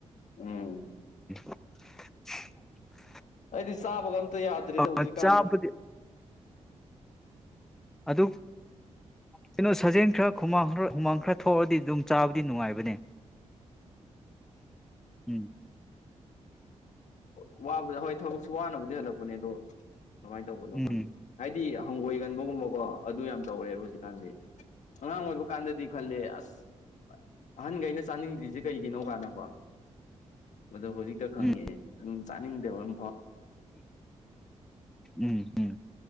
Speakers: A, on the left; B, in the centre.
A: ꯎꯝ
B: <inaudible>
A: ꯑꯩꯗꯤ ꯆꯥꯕꯒ ꯑꯝ ꯇ ꯌꯥꯗ꯭ꯔꯦꯗ
B: ꯎꯝ
A: ꯍꯧꯖꯤꯛꯀꯥꯟꯗꯤ
B: ꯆꯥꯕꯗꯤ ꯑꯗꯨ ꯀꯩꯅꯣ ꯁꯥꯖꯦꯜ ꯈꯔ ꯍꯨꯃꯥꯡ ꯈꯔ ꯍꯨꯃꯥꯡ ꯈꯔ ꯊꯣꯛꯑꯗꯤ ꯑꯗꯨꯝ ꯆꯥꯕ ꯗꯤ ꯅꯨꯡꯉꯥꯏꯕꯅꯦ ꯎꯝ
A: ꯋꯥꯕꯨꯗꯣ ꯍꯣꯏ ꯊꯕꯛꯁꯨ ꯋꯥꯅꯕꯨ ꯗꯤ ꯍꯂꯛꯄꯅꯦ ꯑꯗꯣ ꯀꯃꯥꯏ ꯇꯧꯕꯅꯣ ꯈꯪꯗꯦ
B: ꯎꯝ
A: ꯍꯥꯏꯗꯤ ꯍꯪꯒꯣꯏꯒꯟꯕꯒꯨꯝꯕꯀꯣ ꯑꯗꯨ ꯌꯥꯝ ꯇꯧꯔꯦꯕ ꯍꯧꯖꯤꯛꯀꯥꯟꯗꯤ ꯑꯉꯥꯡ ꯑꯣꯏꯕ ꯀꯥꯟꯗꯗꯤ ꯈꯜꯂꯦ ꯑꯁ ꯑꯍꯟꯈꯩꯅ ꯆꯥꯅꯤꯡꯗ꯭ꯔꯤꯁꯦ ꯀꯩꯒꯤꯅꯣ ꯀꯥꯏꯅꯀꯣ ꯑꯗꯣ ꯍꯧꯖꯤꯛꯇ ꯈꯪꯉꯛꯑꯦ
B: ꯎꯝ
A: ꯎꯝ ꯆꯥꯅꯤꯡꯗꯦꯕꯝ
B: ꯎꯝ ꯎꯝ